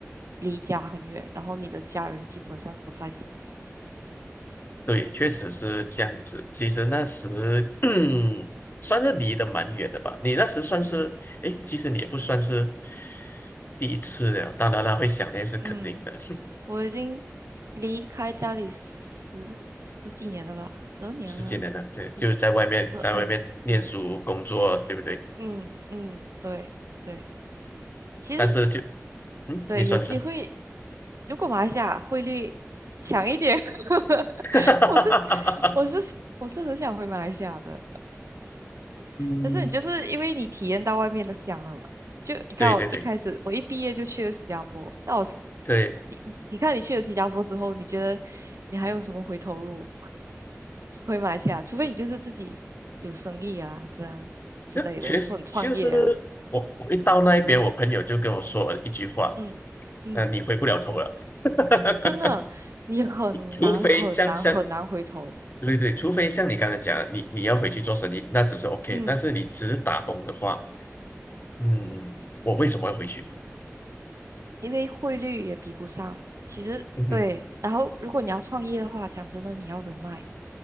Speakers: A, on the right; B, on the left.
A: 离家很远，然后你的家人基本上都不在这里。
B: 对，确实是这样子。其实那时，<clears throat> 嗯，算是离得蛮远的吧。你那时算是，诶，其实你也不算是第一次了。当然了，会想念是肯定的，
A: 嗯。我已经离开家里十十几年了吧，
B: <laughs>
A: 十二年了，
B: 十几年了，对，
A: 十十
B: 就是在外面，在外面念书、
A: 二，嗯
B: 工作，对不对？
A: 嗯嗯，对对，其实
B: 但是就，嗯，
A: 对有机会，
B: 你说，你说，
A: 如果马来西亚汇率强一点，<laughs>
B: <laughs>
A: 我是我是我是很想回马来西亚的，
B: 嗯，
A: 可是你就是因为你体验到外面的香了嘛，就你看我一开始我一毕业就去了新加坡，
B: 对对对
A: 那我是
B: 对，
A: 你你看你去了新加坡之后，你觉得你还有什么回头路？回马来西亚，除非你就是自己有生意啊，这样之类的，
B: 那确实就是我，
A: 或者创业啊，
B: 我一到那一边，
A: 嗯
B: 我朋友就跟我说了一句话，
A: 嗯嗯，
B: 嗯、你回不了头了。<laughs>
A: 真的，你很难很难很难回头，
B: 除非像像对对，除非像你刚刚讲的，你你要回去做生意，那只是 OK。
A: 嗯，
B: 但是你只是打工的话，嗯，我为什么要回去？
A: 因为汇率也比不上。其实对，
B: 嗯哼，
A: 然后如果你要创业的话，讲真的，你要人脉，